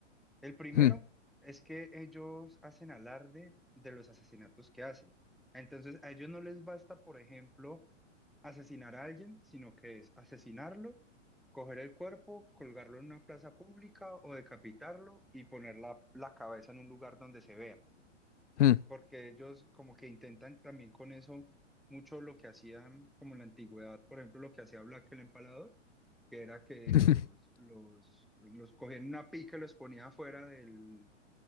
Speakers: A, in the centre; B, on the left.
A: El primero
B: mm,
A: es que ellos hacen alarde de los asesinatos que hacen. Entonces a ellos no les basta, por ejemplo, asesinar a alguien, sino que es asesinarlo, coger el cuerpo, colgarlo en una plaza pública o decapitarlo y poner la, la cabeza en un lugar donde se vea.
B: mm.
A: Porque ellos como que intentan también con eso mucho lo que hacían como en la antigüedad, por ejemplo, lo que hacía Black el Empalador, que era que
B: <laughs>
A: los, los, los cogían en una pica y los ponía afuera del,